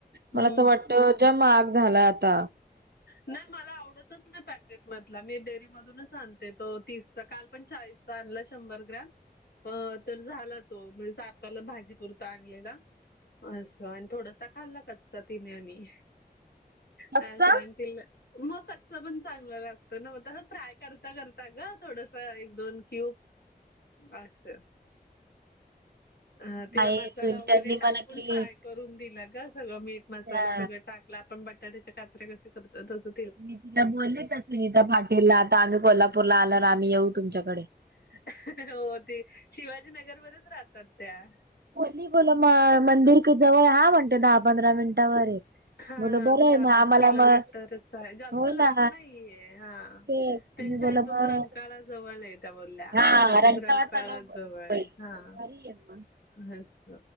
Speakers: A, on the left; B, on the right.
A: हम्म.
B: मला असं वाटतं, जाम महाग झाला आता.
A: नाही मला आवडतच नाही पॅकेटमधला, मी डेअरी मधूनच आणते, तो तीसचा काल पण चाळीस च आणला शंभर ग्रॅम अ तर झाला तो म्हणजे साताला भाजीपुरता आणलेला. आसं आणि थोडासा खाल्ला कच्चा तिने आणि
B: कच्चा
A: असं. तील मग कच्च पण चागलं लागत ना ओ, तस फ्राय करता कर ता बघा थोडंसं एक दोन क्यूब्स असं. अ तिला
B: नाही
A: मसाला
B: सुलट्यांनी
A: वगैरे टाकून
B: मला ती
A: फ्राय करून दिला का सगळं मीठ,
B: त्या
A: मसाला सगळं टाक ल, आपण बटाट्याच्या काचऱ्या कसं करतो तसं?
B: मी तिला बोलले सुनीता पाटीलला आता आम्ही कोल्हापूरला आल्यावर आम्ही येऊ तुमच्याकडे.
A: <inaudible> हो ते शिवाजीनगरमध्येच राहतात त्या.
B: मी बोल्ली म मंदिर क जवळ हाय म्हने दहा पंधरा मिनिटावर
A: हा
B: बोल बरं आहे
A: चार
B: मग आम्हाला
A: पाच किलोमीटरच
B: मग
A: हाय, जास्त
B: हो
A: लांब
B: ना
A: नाही ये हा.
B: ते
A: तेंच्या
B: मी बोल
A: इथून
B: मग
A: रंकाळा जवळन हायेत. त्या बोलल्या
B: हा
A: आमच्या इथून रंकाळा
B: तलाव बाई
A: जवळ हाय
B: भारी
A: हां.
B: आहे मग
A: हस